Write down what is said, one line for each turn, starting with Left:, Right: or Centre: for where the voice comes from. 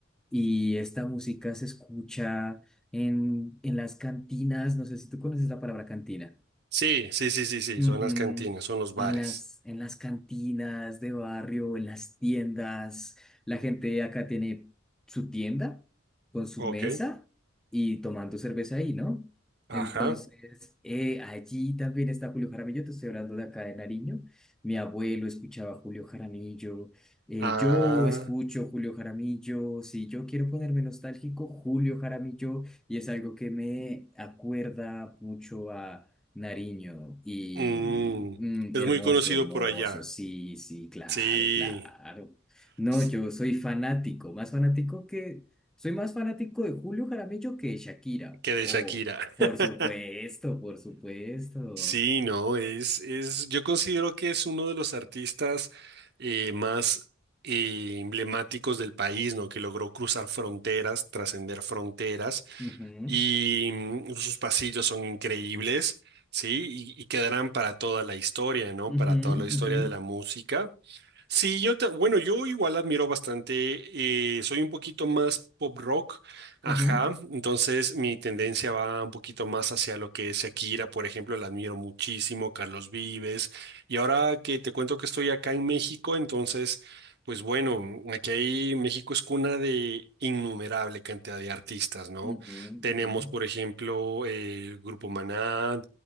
Centre: y esta música se escucha en, en las cantinas, no sé si tú conoces la palabra cantina.
Right: Sí, sí, sí, sí, sí,
Centre: Ujú.
Right: son las cantinas, son los bares.
Centre: En las, en las cantinas de barrio, en las tiendas, la gente acá tiene su tienda con su
Right: Ok,
Centre: mesa y tomando cerveza ahí, ¿no?
Right: ajá.
Centre: Entonces, eh, allí también está Julio Jaramillo, te estoy hablando de acá de Nariño. Mi abuelo escuchaba Julio Jaramillo, eh,
Right: Ah,
Centre: yo escucho Julio Jaramillo, si yo quiero ponerme nostálgico, Julio Jaramillo, y es algo que me acuerda mucho Nariño y
Right: mm,
Centre: mm,
Right: es
Centre: hermoso,
Right: muy conocido
Centre: hermoso,
Right: por allá.
Centre: sí, sí, claro,
Right: Sí,
Centre: claro. No,
Right: s-
Centre: yo soy fanático, más fanático que, soy más fanático de Julio Jaramillo que de Shakira.
Right: que de
Centre: O,
Right: Shakira.
Centre: por
Right: <laughs>
Centre: supuesto, por supuesto.
Right: Sí, no, es, es, yo considero que es uno de los artistas eh, más eh, emblemáticos del país, ¿no? Que logró cruzar fronteras, trascender fronteras
Centre: Ujú,
Right: y mm, sus pasillos son increíbles, ¿sí? Y, y quedarán para toda la historia, ¿no?
Centre: ujú,
Right: Para toda la historia
Centre: ujú,
Right: de la música. Sí, yo ta- bueno, yo igual admiro bastante, eh, soy un poquito más pop rock, ajá,
Centre: ujú,
Right: entonces mi tendencia va un poquito más hacia lo que es Shakira, por ejemplo, la admiro muchísimo, Carlos Vives, y ahora que te cuento que estoy acá en México, entonces, pues bueno, aquí hay- México es cuna de innumerable cantidad de artistas, ¿no?
Centre: ujú,
Right: Tenemos,
Centre: ujú,
Right: por ejemplo, eh, el Grupo Maná,